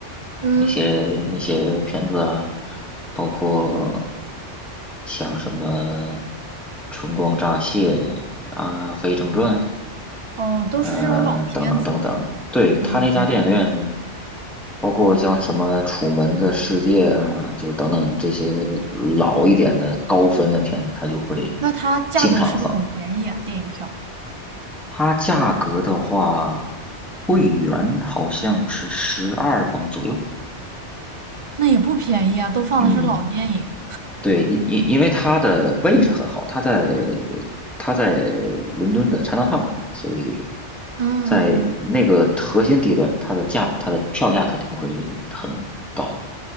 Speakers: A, on the right; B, in the centre.
A: 嗯，
B: 那些那些片子啊，包括像什么《春光乍泄》啊，《非正传》
A: 哦，都是这种老片子。
B: 呃等等等等，对他那家电影院，
A: 嗯嗯，
B: 包括像什么《楚门的世界》啊，就是等等这些老一点的高分的片子，他就会
A: 那它价格是不是很便宜啊？
B: 经常放。
A: 电影票？
B: 它价格的话，会员好像是十二磅左右。
A: 那也不便宜啊，都放的是老电影。
B: 嗯，对，因因因为它的位置很好，它在它在伦敦的 Chinatown 里面，所以
A: 嗯嗯嗯，
B: 在那个核心地段，它的价它的票价肯定会很高，